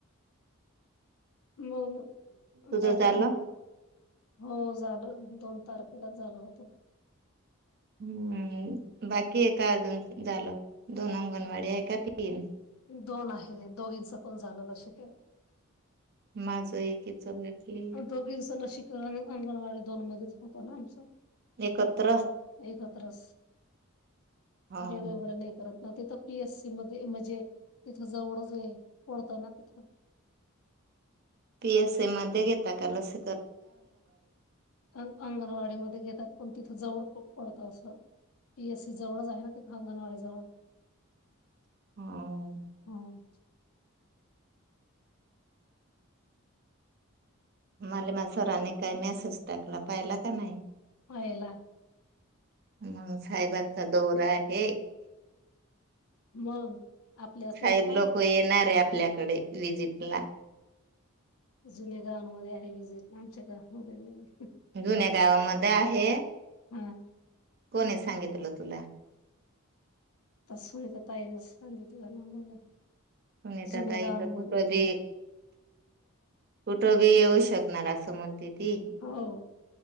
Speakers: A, on the left; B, on the right.
A: मग
B: तुझं
A: दाटा
B: झालं
A: हो झालं दोन तारखेला झाल होत
B: हम्म बाकी एका अजून. झालं, दोन अंगणवाडी आहे का तीन
A: दोन आहे, दोघींच पण झालं लग्न. अ का
B: माझं एकीच बाकी आहे.
A: दोघींच लशीकरण अंगणवाडी दोन मध्येच होतो ना आमच,
B: एकत्र
A: एकत्रच
B: हो
A: वेगवेगळं नाही करत तिथ पीएस सी मध्ये म्हणजे तिथं जवळच आहे, पडत ना तिथं
B: पीएस ए मध्ये गेता कालास
A: अंगणवाडी मध्ये घेतात. पण तिथं जवळ पडतं असं पीएससी जवळच आहे, ना ते अंगणवाडी जवळ.
B: मध्ये
A: हम्
B: मले मा सरांने काही मेसेज टाकला, पाहिला का नाही.
A: पायला.
B: मग साहेबांचा दौरा आहे,
A: मग आपल्या
B: साहेब
A: ते काय
B: लोक येणारे आप आपल्याकडे विजिट ला.
A: जुन्या गावांमध्ये आहे वि्हजिट आमच्या गावा मध्ये नाहीए.
B: जुन्या गावामध्ये आहे,
A: हा
B: कोणी सांगितलं तुला.
A: सुनीता ताईन सांगित तुझला आम्हाला
B: सुनीता
A: जुने
B: ताई
A: गावा
B: तर
A: मध्ये
B: कुठं बी कुठं बी येऊ शकणार असं म्हणते ती
A: हो